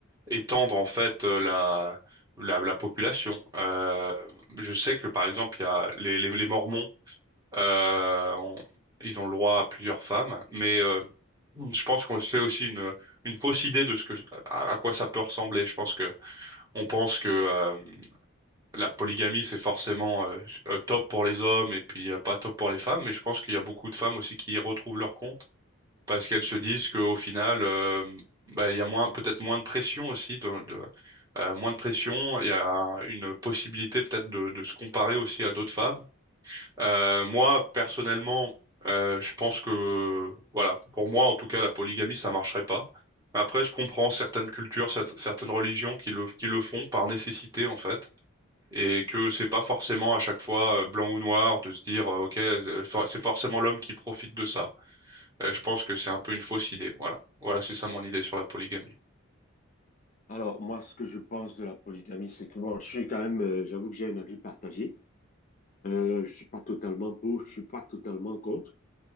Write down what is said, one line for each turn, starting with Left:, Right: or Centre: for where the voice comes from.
Right: étendre en fait euh, la la, la population. Euh, je sais que par exemple il y a les les, les Mormons euh, on- ils ont le droit à plusieurs femmes, mais euh, je pense qu'on se fait aussi une une fausse idée de ce que à, à quoi ça peut ressembler. Je pense que on pense que euh, la polygamie, c'est forcément euh, euh, top pour les hommes et puis euh, pas top pour les femmes, mais je pense qu'il y a beaucoup de femmes aussi qui y retrouvent leur compte parce qu'elles se disent qu'au final, euh, bah, il y a moins, peut-être moins de pression aussi, de, de- euh, moins de pression, il y a une possibilité peut-être de, de se comparer aussi à d'autres femmes. Euh, moi, personnellement, euh, je pense que, voilà, pour moi en tout cas, la polygamie, ça marcherait pas. Après, je comprends certaines cultures, cer- certaines religions qui le, qui le font par nécessité en fait et que c'est pas forcément à chaque fois euh, blanc ou noir de se dire euh, OK, euh, for- c'est forcément l'homme qui profite de ça. Euh, je pense que c'est un peu une fausse idée. Voilà. Voilà, c'est ça mon idée sur la polygamie.
Left: Alors, moi, ce que je pense de la polygamie, c'est que bon, je suis quand même, euh, j'avoue que j'ai un avis partagé. Euh, je suis pas totalement pour, je suis pas totalement contre.